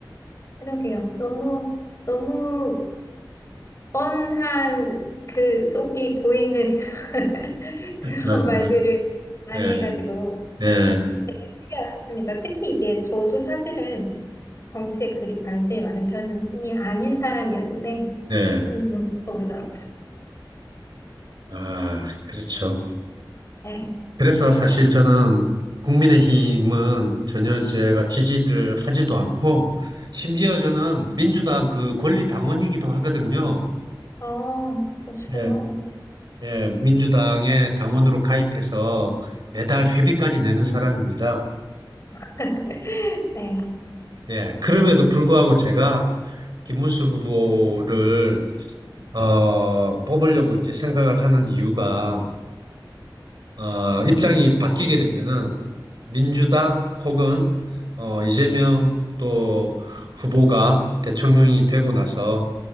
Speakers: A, on the left; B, on the right.
A: 그러게요. 너무, 너무 뻔한 그 속이 보이는 <laughs> 그런
B: 맞아요.
A: 말들을 많이
B: 예,
A: 해가지고
B: 예,
A: 되게 되게 아쉽습니다. 특히 이게 저도 사실은 정치에 그리 관심이 많은 편이 아닌 사람이었는데
B: 예.
A: 좀, 좀 오르더라고요.
B: 아, 그렇죠.
A: 네.
B: 그래서 사실 저는 국민의힘은 전혀 제가 지지를 하지도 않고, 심지어 저는 민주당 그 권리당원이기도 하거든요.
A: 아, 그러시군요.
B: 예. 예, 민주당의 당원으로 가입해서 매달 회비까지 내는 사람입니다.
A: <laughs> 네.
B: 예, 그럼에도 불구하고 제가 김문수 후보를 어, 뽑으려고 이제 생각을 하는 이유가 어, 입장이 바뀌게 되면은 민주당 혹은 어, 이재명 또 후보가 대통령이 되고 나서